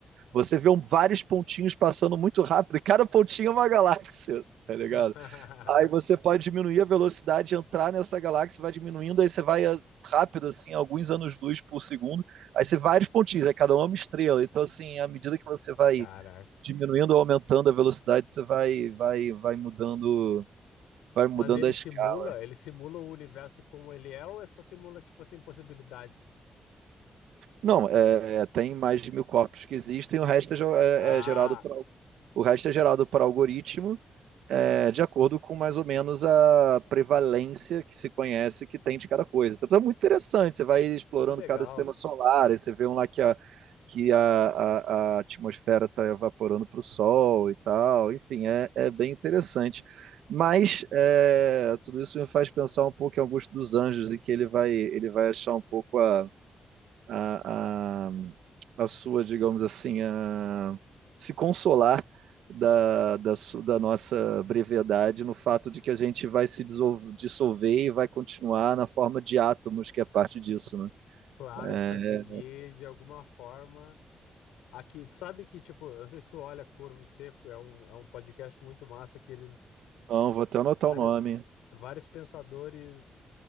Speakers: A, on the right; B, on the left.
A: você vê um, vários pontinhos passando muito rápido, e cada pontinho é uma galáxia, tá ligado?
B: <laughs>
A: Aí você pode diminuir a velocidade, entrar nessa galáxia, vai diminuindo, aí você vai ah, rápido, assim, alguns anos-luz por segundo. Aí você vários pontinhos, aí cada um é uma estrela. Então, assim, à medida que você vai
B: Caraca.
A: diminuindo ou aumentando a velocidade, você vai, vai, vai mudando. Vai mudando
B: Mas ele
A: a
B: simula,
A: escala.
B: ele simula o universo como ele é ou é só simula, tipo assim, possibilidades?
A: Não, é, é, tem mais de mil corpos que existem, o resto é, ge- é-
B: Ah,
A: é gerado para o resto é gerado por algoritmo é, de acordo com mais ou menos a prevalência que se conhece que tem de cada coisa. Então é muito interessante, você vai explorando
B: que legal.
A: cada sistema solar, aí você vê um lá que a, que a, a, a atmosfera está evaporando para o Sol e tal, enfim, é, é bem interessante. Mas é, tudo isso me faz pensar um pouco em Augusto dos Anjos e que ele vai ele vai achar um pouco a a, a, a sua, digamos assim, a, se consolar da, da, da nossa brevidade no fato de que a gente vai se dissolver e vai continuar na forma de átomos, que é parte disso, né?
B: Claro, a gente
A: É,
B: vai seguir de alguma forma. Aqui, tu sabe que, tipo, eu não sei se tu olha Corvo Seco, é um, é um podcast muito massa que eles,
A: então, vou até anotar
B: vários,
A: o nome.
B: vários pensadores,